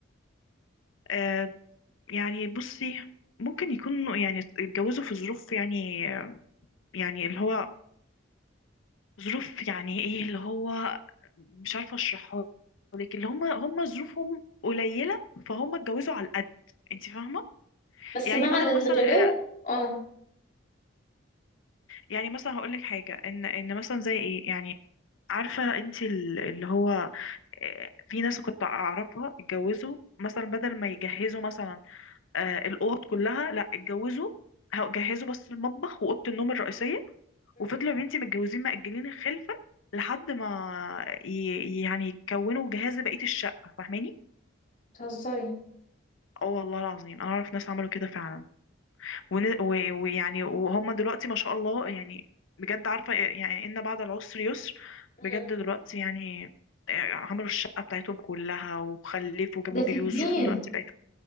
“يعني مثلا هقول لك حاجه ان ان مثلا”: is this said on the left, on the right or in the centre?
Left